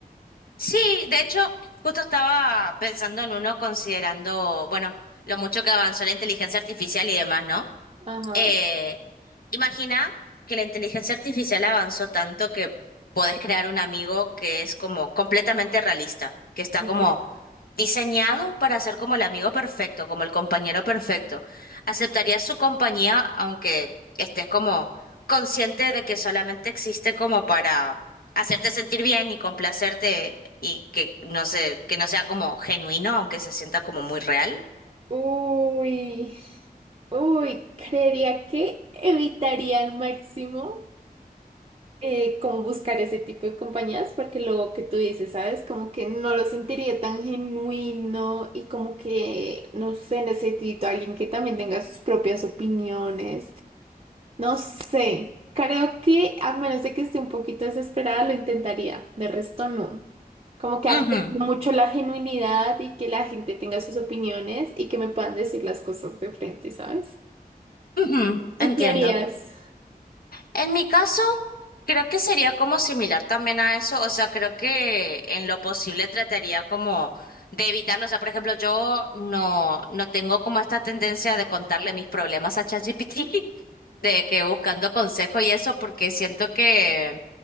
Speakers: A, on the left; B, on the right.
A: Sí, de hecho, justo estaba pensando en uno considerando, bueno, lo mucho que avanzó la inteligencia artificial y demás, ¿no?
B: Ajá,
A: Eh, imagina que la inteligencia artificial avanzó tanto que podés crear un amigo que es como completamente realista, que está
B: okay.
A: como diseñado para ser como el amigo perfecto, como el compañero perfecto. ¿Aceptarías su compañía aunque estés como consciente de que solamente existe como para hacerte sentir bien y complacerte y que no sé, que no sea como genuino, aunque se sienta como muy real?
B: Uy, uy, creería que evitaría al máximo eh, como buscar ese tipo de compañías, porque lo que tú dices, ¿sabes? Como que no lo sentiría tan genuino y como que, no sé, necesito a alguien que también tenga sus propias opiniones. No sé, creo que a menos de que esté un poquito desesperada lo intentaría, de resto no. Como que
A: Ujú,
B: aprecio mucho la genuinidad y que la gente tenga sus opiniones y que me puedan decir las cosas de frente, ¿sabes?
A: ujú,
B: ¿Tú
A: entiendo.
B: qué harías?
A: En mi caso, creo que sería como similar también a eso, o sea, creo que en lo posible trataría como de evitarlo, o sea, por ejemplo, yo no, no tengo como esta tendencia de contarle mis problemas a ChatGPT, <laughs> de que buscando consejo y eso, porque siento que,